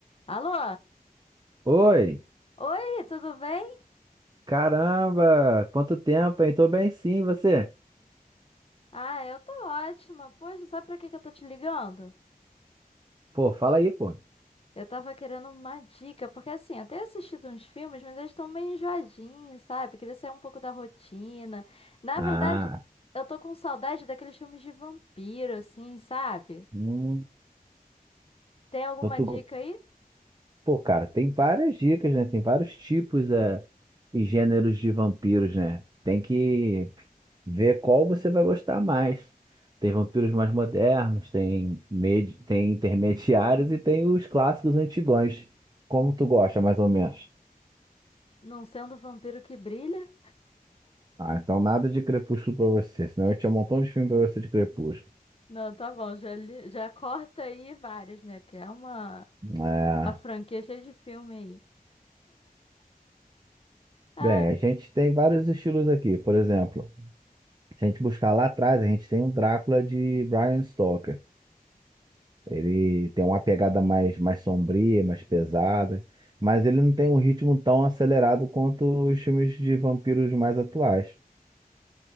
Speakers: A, on the left; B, on the right.
A: Alô?
B: Oi,
A: Oi, tudo bem?
B: caramba, quanto tempo, hein? Tô bem sim, e você?
A: Ah, eu tô ótima. Poxa, sabe pra que que eu tô te ligando?
B: Pô, fala aí, pô.
A: Eu tava querendo uma dica, porque assim, eu tenho assistido uns filmes, mas eles estão meio enjoadinhos, sabe? Queria sair um pouco da rotina. Na
B: Ah,
A: verdade, eu tô com saudade daqueles filmes de vampiro, assim, sabe?
B: hum,
A: Tem alguma
B: então tu...
A: dica aí?
B: Pô, cara, tem várias dicas, né? Tem vários tipos é, e gêneros de vampiros, né? Tem que ver qual você vai gostar mais. Tem vampiros mais modernos, tem, med... tem intermediários e tem os clássicos antigões. Como tu gosta, mais ou menos?
A: Não sendo o vampiro que brilha?
B: Ah, então nada de Crepúsculo pra você, senão eu tinha um montão de filme pra você de Crepúsculo.
A: Não, tá bom, já, li- já corta aí vários, né? Porque é uma,
B: É.
A: uma franquia cheia de filme aí. Ai.
B: Bem, a gente tem vários estilos aqui. Por exemplo, se a gente buscar lá atrás, a gente tem o Drácula de Bram Stoker. Ele tem uma pegada mais, mais sombria, mais pesada, mas ele não tem um ritmo tão acelerado quanto os filmes de vampiros mais atuais. O